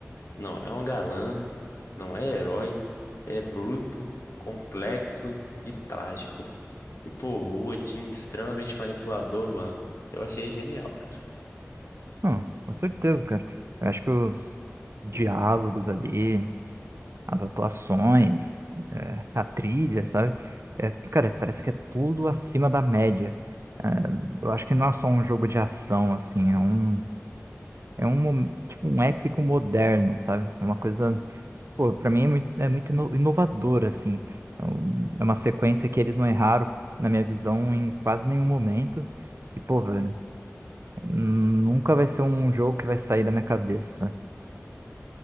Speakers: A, on the left (about 70°); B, on the right (about 60°).
A: Não é um galã, não é herói, é bruto, complexo e trágico. E, pô, o Odin extremamente manipulador, mano. Eu achei genial, cara.
B: Não, com certeza, cara. Eu acho que os diálogos ali. as atuações, é, a trilha, sabe? É, cara, parece que é tudo acima da média. É, eu acho que não é só um jogo de ação, assim, é um, é um, mo- tipo, um épico moderno, sabe? É uma coisa, pô, pra mim é muito, é muito ino- inovador, assim. É um- é uma sequência que eles não erraram, na minha visão, em quase nenhum momento. E, pô, velho, nunca vai ser um jogo que vai sair da minha cabeça, sabe?